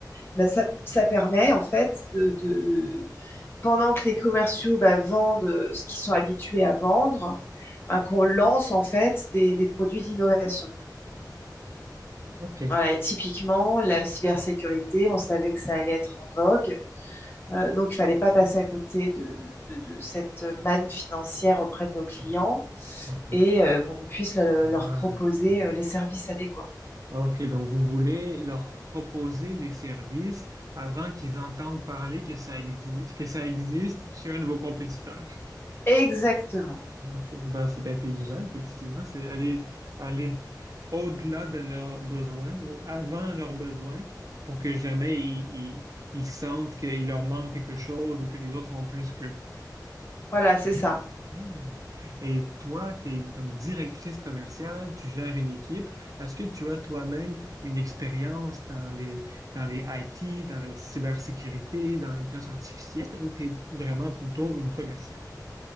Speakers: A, on the left; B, on the right.
A: ben, ça, ça permet en fait de, pendant que les commerciaux bah, vendent euh, ce qu'ils sont habitués à vendre, bah, qu'on lance en fait des, des produits d'innovation.
B: OK.
A: Voilà, et typiquement, la cybersécurité, on savait que ça allait être en vogue. Euh, donc, il fallait pas passer à côté de, de- de cette manne financière auprès de nos clients
B: Ah, ah.
A: et euh, qu'on puisse le-
B: ah.
A: leur proposer euh, les services adéquats.
B: OK, donc vous voulez leur proposer les services avant qu'ils entendent parler que ça existe, que ça existe chez un de vos compétiteurs.
A: Exactement.
B: Ok. Ben, c'est intelligent, effectivement. C'est aller, aller au-delà de leurs besoins ou avant leurs besoins pour que jamais ils, ils- ils sentent qu'il leur manque quelque chose ou que les autres ont plus qu'eux.
A: Voilà, c'est ça.
B: Mhm. Et toi, tu es donc directrice commerciale, tu gères une équipe. Est-ce que tu as toi-même une expérience dans les, dans les IT, dans la cybersécurité, dans l'intelligence artificielle ou tu es vraiment plutôt une commerciale?